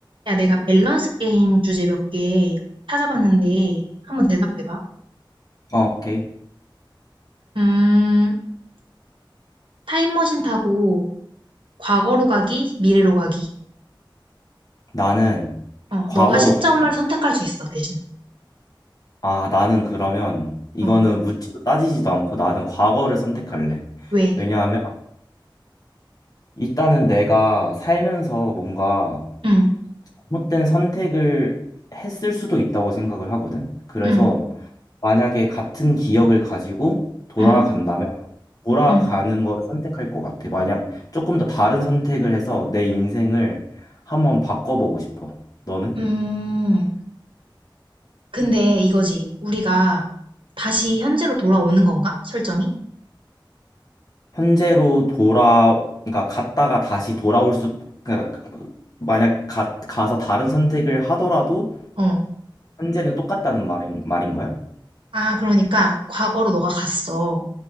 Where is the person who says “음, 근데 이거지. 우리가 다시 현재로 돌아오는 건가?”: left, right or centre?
Right